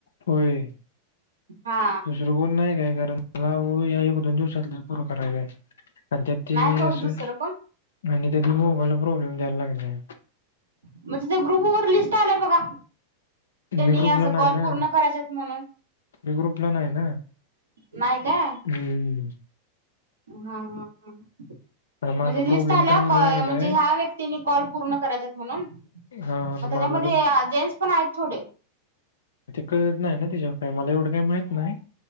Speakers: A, on the left; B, on the right.
A: होय
B: हा
A: दुसरं कोण नाही काय कारण मला ओ या एक दोन दिवसात लई पुर करायच आहे. आणि त्या ते
B: नाही तो
A: असं
B: दुसरं कोण.
A: आणि त्यात मोबाईलला प्रॉब्लेम द्यायला लागले.
B: म्हणजे त्या ग्रुप वर लिस्ट आल्या बघा त्यांनी
A: मी ग्रुपला
B: अस
A: नाही
B: कॉल
A: ना
B: पूर्ण करायचे आहेत म्हणून
A: मी ग्रुपला नाही ना.
B: नाही काय?
A: हम्म.
B: हां हां हां.
A: तर माझा
B: म्हणजे लिस्ट
A: प्रॉब्लेम
B: आल्या
A: काय व्हायला
B: क
A: लागलाय
B: म्हणजे ह्या व्यक्तीनी कॉल पूर्ण करायच्या आहेत म्हणून
A: हा
B: मग त्यांच्यामध्ये
A: माझा आता
B: जेंट्स पण आहेत थोडे.
A: ते कळत नाही ना तेच्यावं काय मला एवढं काही माहीत नाही.